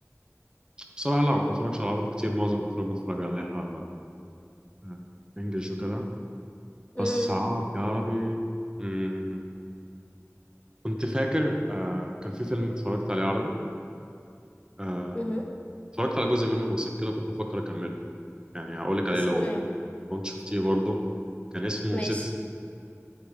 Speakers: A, on the right (about 15°); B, on the left (about 25°).
A: بصراحة لا ما بتفرجش على عربي كتير معظم الأفلام بتفرج عليها آه، إنجلش وكده
B: امم
A: بس عربي عربي مم. كنت فاكر آه كان في فيلم اتفرجت عليه عربي آه
B: امم
A: اتفرجت على جزء منه بسيط كده كنت بفكر أكمله يعني هقولك
B: اسمه
A: عليه لو
B: ايه
A: لو أنت شفتيه برضه كان اسمه
B: ماشي
A: ست